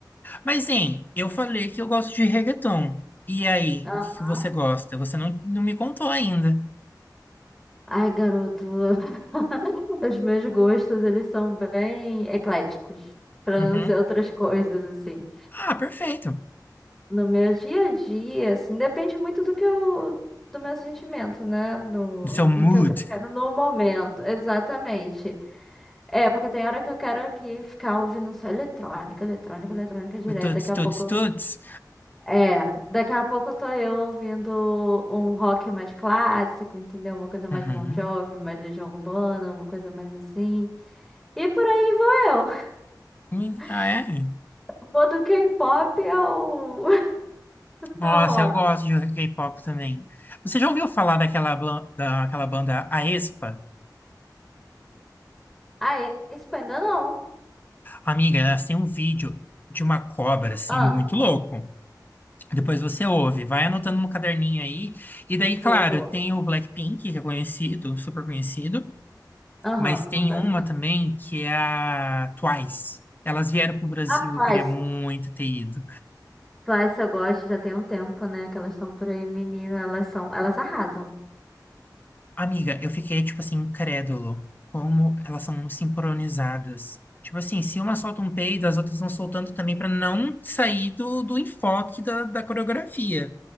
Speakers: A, on the left; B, in the centre.
A: Mas, hein, eu falei que eu gosto de reggaeton. E aí,
B: Aham.
A: o que que você gosta? Você não, não me contou ainda.
B: Ai, garoto, <laughs> os meus gostos, eles são bem ecléticos, pra
A: Uhum.
B: não dizer outras coisas, assim.
A: Ah, perfeito.
B: No meu dia a dia, assim, depende muito do que eu, do meu sentimento, né? Do,
A: Do seu
B: do
A: mood.
B: que eu quero no momento, exatamente. É, porque tem hora que eu quero aqui ficar ouvindo só eletrônica, eletrônica, eletrônica direto.
A: Do Tuts,
B: Daqui a
A: tuts,
B: pouco.
A: tuts.
B: É, daqui a pouco tô eu ouvindo um rock mais clássico, entendeu? Uma coisa mais
A: Uhum.
B: Bon Jovi, mais Legião Urbana, uma coisa mais assim. E por aí vou eu.
A: Hum, Ah,
B: <laughs>
A: é?
B: Vou do K-pop ao, <laughs>
A: Nossa,
B: ao rock.
A: eu gosto de K-pop também. Você já ouviu falar daquela, blan- daquela banda Aespa?
B: Ah, e- esse ainda não.
A: Amiga, elas têm um vídeo de uma cobra, assim,
B: Ah,
A: muito louco. Depois você ouve, vai anotando no caderninho aí. E daí,
B: vou,
A: claro,
B: vou.
A: tem o Blackpink, que é conhecido, super conhecido.
B: Aham,
A: Mas tem
B: Blackpink.
A: uma também que é a Twice. Elas vieram pro Brasil,
B: Ah, Twice.
A: eu queria muito ter ido.
B: Twice eu gosto, já tem um tempo, né? Que elas estão por aí, menina. Elas são, elas arrasam.
A: Amiga, eu fiquei, tipo assim, incrédulo. Como elas são sincronizadas. Tipo assim, se uma solta um peido, as outras vão soltando também pra não sair do, do enfoque da, da coreografia.